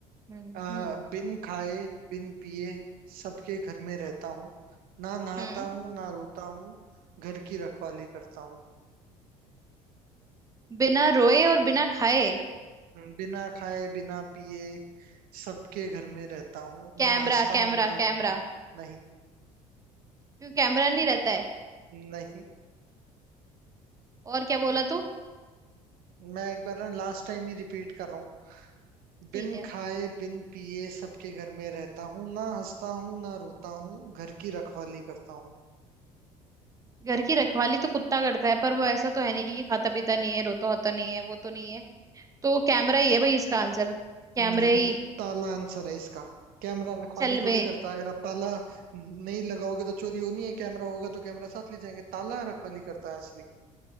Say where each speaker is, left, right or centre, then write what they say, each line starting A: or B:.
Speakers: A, on the right; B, on the right.
A: हम्म
B: ना
A: हम्म
B: अ, बिन खाए बिन पिए सबके घर में रहता हूँ ना नहाता
A: हम्म
B: हूँ ना रोता हूँ घर की रखवाली करता हूँ
A: बिना रोए और बिना खाए
B: बिना खाए बिना पिए सबके घर में रहता हूँ
A: Camera
B: ना हंसता
A: camera
B: हूँ ना रोता
A: camera
B: हूँ नहीं
A: क्यों कैमरा नहीं रहता है
B: नहीं
A: और क्या बोला तू
B: मैं एक बार ना लास्ट टाइम ही रिपीट कर रहा हूँ
A: ठीक
B: बिन
A: है
B: खाए बिन पिए सबके घर में रहता हूँ ना हंसता हूँ ना रोता हूँ घर की रखवाली करता हूँ
A: घर की रखवाली तो कुत्ता करता है पर वो ऐसा तो है नहीं कि खाता पीता नहीं है रोता होता नहीं है वो तो नहीं है तो कैमरा ही है भाई इसका आंसर कैमरे
B: नहीं
A: ही
B: ताला आंसर है इसका कैमरा रखवाली
A: चल
B: थोड़ी
A: बे
B: करता अगर आप ताला नहीं लगाओगे तो चोरी होनी है कैमरा होगा तो कैमरा साथ ले जाएंगे ताला रखवाली करता है असली